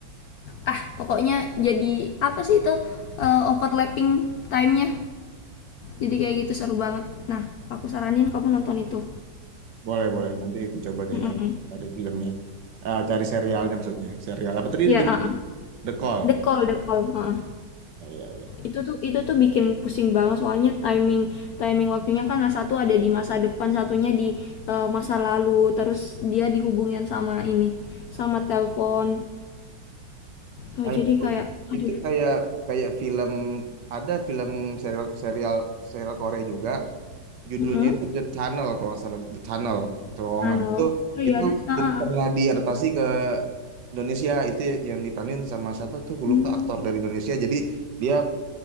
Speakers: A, on the left; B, on the right.
A: ah pokoknya jadi apa sih itu eh, overlapping timenya jadi kayak gitu seru banget nah aku saranin kamu nonton itu
B: Boleh, boleh. Nanti aku coba deh
A: Mm-mm.
B: ya cari filmnya. Ah, cari serialnya maksudnya. Serial apa tadi
A: Iya,
B: judulnya?
A: heeh.
B: The Call.
A: The Call, The Call. heeh.
B: Oh, iya, iya.
A: Itu tuh itu tuh bikin pusing banget soalnya timing timing waktunya kan nah, satu ada di masa depan, satunya di eh, masa lalu, terus dia dihubungin sama ini, sama telepon. Oh,
B: Nah,
A: jadi
B: itu
A: kayak aduh.
B: itu kayak kayak film ada film serial serial serial Korea juga judulnya
A: Mm-mm.
B: itu The Tunnel kalau nggak salah The Tunnel terowongan
A: Anu,
B: itu
A: oh iya
B: itu
A: ada. ah
B: itu
A: ah
B: pernah
A: ah.
B: diadaptasi ke Indonesia itu yang diperanin sama siapa tuh gue
A: Hmm.
B: lupa aktor dari Indonesia jadi dia